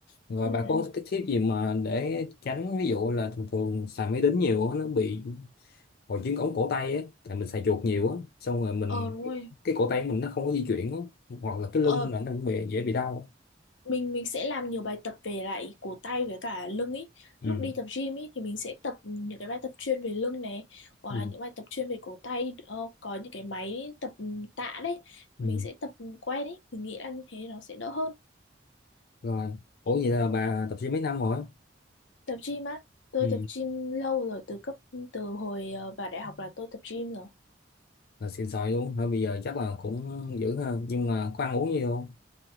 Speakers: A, on the left; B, on the left.
A: rồi
B: Ừ,
A: bà có
B: ừ.
A: cái tip gì mà để tránh ví dụ là thường thường xài máy tính nhiều á, nó bị hồi chứng ống cổ tay ấy tại mình xài chuột nhiều á xong rồi mình
B: Ờ đúng rồi.
A: cái cổ tay của mình nó không có di chuyển á hoặc là cái
B: Ờ
A: lưng là nó cũng bị, dễ bị đau
B: mình mình sẽ làm nhiều bài tập về lại cổ tay với cả lưng ý.
A: ừ.
B: Lúc đi tập gym ý thì mình sẽ tập những cái bài tập chuyên về lưng này hoặc
A: Ừ.
B: là những bài tập chuyên về cổ tay ờ, có những cái máy tập tạ đấy
A: Ừ.
B: mình sẽ tập quen ý. Mình nghĩ là như thế nó sẽ đỡ hơn.
A: rồi ủa vậy là bà tập gym mấy năm rồi
B: Tập gym á, tôi
A: ừ.
B: tập gym lâu rồi từ cấp từ hồi ờ, vào đại học là tôi tập gym rồi.
A: là xịn sòi luôn thôi bây giờ chắc là cũng dữ ha nhưng mà có ăn uống gì không